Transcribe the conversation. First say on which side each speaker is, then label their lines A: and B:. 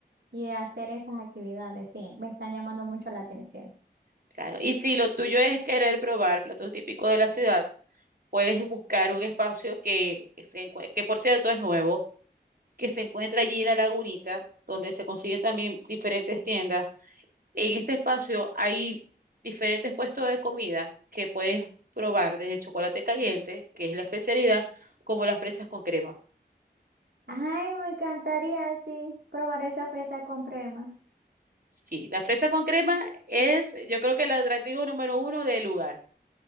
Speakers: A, on the right; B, on the right.
A: y, y hacer esas actividades. Sí, me están llamando mucho la atención.
B: Claro. Y si lo tuyo es querer probar platos típicos de la ciudad, Puedes buscar un espacio que, se encue- que por cierto es nuevo, que se encuentra allí en la lagunita, donde se consiguen también diferentes tiendas. En este espacio hay diferentes puestos de comida que puedes probar, desde chocolate caliente, que es la especialidad, como las fresas con crema.
A: Ay, me encantaría así probar esa fresa con crema.
B: Sí, la fresa con crema es, yo creo que el atractivo número uno del lugar.